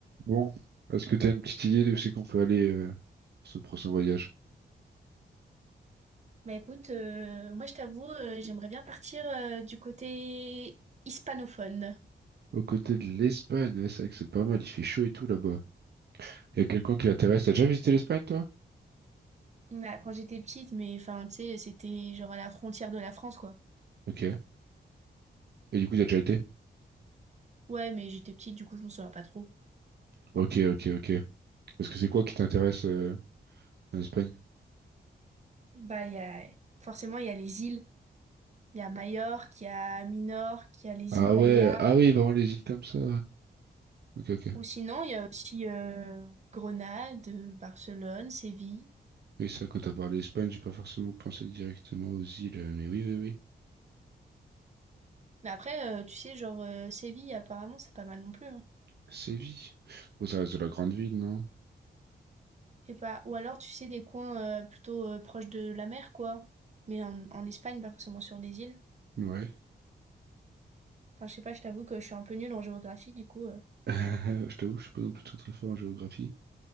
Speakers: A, on the right; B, on the right.
A: Bon, est-ce que tu as une petite idée de où c'est qu'on peut aller euh, pour ce prochain voyage?
B: Bah écoute, euh, moi je t'avoue, euh, j'aimerais bien partir euh, du côté hispanophone.
A: Aux côtés de l'Espagne, ouais, c'est vrai que c'est pas mal, il fait chaud et tout là-bas. Il y a quelqu'un qui t'intéresse. T'as déjà visité l'Espagne, toi?
B: Bah, quand j'étais petite, mais enfin, tu sais, c'était genre à la frontière de la France, quoi.
A: Ok. Et du coup, t'as déjà été?
B: Ouais, mais j'étais petite, du coup, je me souviens pas trop.
A: Ok, ok, ok. Parce que c'est quoi qui t'intéresse euh, en Espagne?
B: Bah, il y a... forcément, il y a les îles. Il y a Majorque, il y a Minorque, il y a les
A: Ah
B: îles Baléares.
A: ouais, ah oui, vraiment les îles comme ça. Ok, ok.
B: Ou sinon, il y a aussi euh, Grenade, euh, Barcelone, Séville.
A: Oui, ça, quand t'as parlé Espagne, j'ai pas forcément pensé directement aux îles, euh, mais oui, oui, oui.
B: Mais après, euh, tu sais, genre, euh, Séville, apparemment, c'est pas mal non plus. hein.
A: Séville. Bon, ça reste de la grande ville, non?
B: Je sais pas. Ou alors, tu sais, des coins euh, plutôt euh, proches de la mer, quoi. Mais en, en Espagne, pas forcément sur des îles.
A: Ouais.
B: Enfin, je sais pas, je t'avoue que je suis un peu nulle en géographie, du coup. euh.
A: <laughs> Je t'avoue, je suis pas non plus très très fort en géographie.